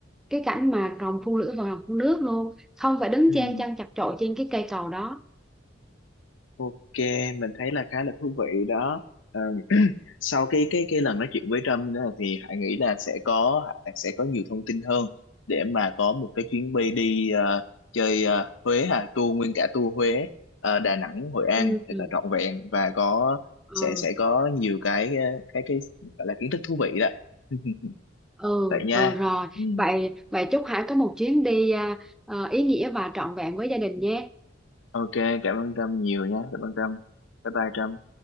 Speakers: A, in the centre; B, on the left (about 85°).
A: cái cảnh mà rồng phun lửa và rồng phun nước luôn, không phải đứng
B: ừ
A: chen chân chật chội trên cái cây cầu đó.
B: ok mình thấy là khá là thú vị đó Ờ, sau cái cái cái lần nói chuyện với Trump nữa thì Hải nghĩ là sẽ có Hải sẽ có nhiều thông tin hơn để mà có một cái chuyến bay đi ờ, chơi ờ, Huế hà tour nguyên cả tour Huế ờ, Đà Nẵng Hội An
A: Ừ,
B: thật là trọn vẹn và có
A: ừ,
B: sẽ sẽ có nhiều cái ờ, cái cái gọi là kiến thức thú vị đó <laughs>
A: ừ,
B: vậy nha
A: ừ rồi.
B: ừ.
A: Vậy vậy chúc Hải có một chuyến đi à, à, ý nghĩa và trọn vẹn với gia đình nhé.
B: ok cảm ơn Trâm nhiều nha cảm ơn Trâm bye bye Trâm